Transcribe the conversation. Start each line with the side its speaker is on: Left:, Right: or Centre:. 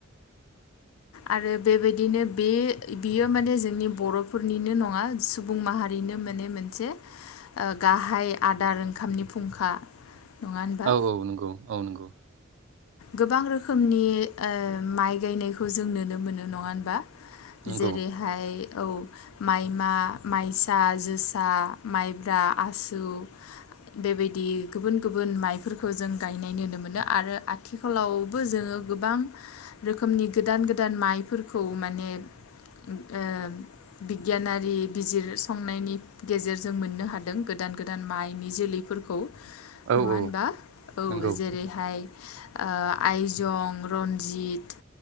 Left: आरो बेबायदिनो बे बियो माने जोंनि बर'फोरनिनो नङा सुबुं माहारिनो माने मोनसे ओ गाहाय आदार ओंखामनि फुंखा नङा होनबा
Right: औ औ नंगौ औ नंगौ।
Left: गोबां रोखोमनि ओ माइ गायनाय खौ जों नुनो मोनो नङा होनबा
Right: नंगौ
Left: जेरैहाय औ माइमा माइसा जोसा माइब्रा आसु बेबायदि गुबुन गुबुन माइफोरखौ जों गायनाय नुनो मोनो आरो आथिखालावबो जोङो गोबां रोखोमनि गोदान गोदान माइफोरखौ माने ओ बिगियानारि बिजिरसंनायनि गेजेरजों मोननो हादों गोदान गोदान माइनि जोलैफोरखौ।
Right: औ
Left: नङा होनबा
Right: औ
Left: औ
Right: नंगौ
Left: जेरैहाय ओ आइजं रन्जित